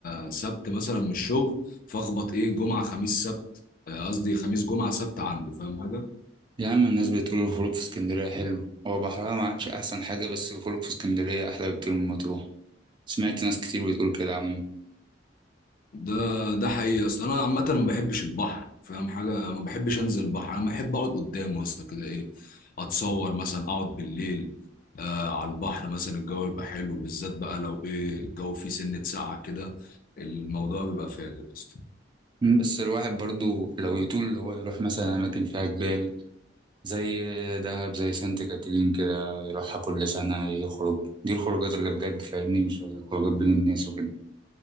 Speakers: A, on the left; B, on the right.
A: آه، سبت مثلا من الشغل فاخبط ايه جمعه خميس سبت آه، قصدي خميس جمعه سبت عنده فاهم حاجه
B: يا عم الناس بتقول الخروج في اسكندريه حلو هو بحرها ما عادش احسن حاجه بس الخروج في اسكندريه احلى بكتير من مطروح سمعت ناس كتير بتقول كده عم
A: ده ده حقيقي اصل انا عامه ما بحبش البحر فاهم حاجه ما بحبش انزل البحر انا بحب اقعد قدامه يا اسطى كده ايه اتصور مثلا اقعد بالليل آه على البحر مثلا الجو يبقى حلو بالذات بقى لو ايه الجو فيه سنه ساقعه كده الموضوع بيبقى فاجر يا اسطى
B: مم، بس الواحد برضو لو يطول اللي هو يروح مثلا أماكن فيها جبال زي دهب زي سانت كاترين كده يروحها كل سنة يخرج دي الخروجات اللي بجد فاهمني مش الخروجات بين الناس وكده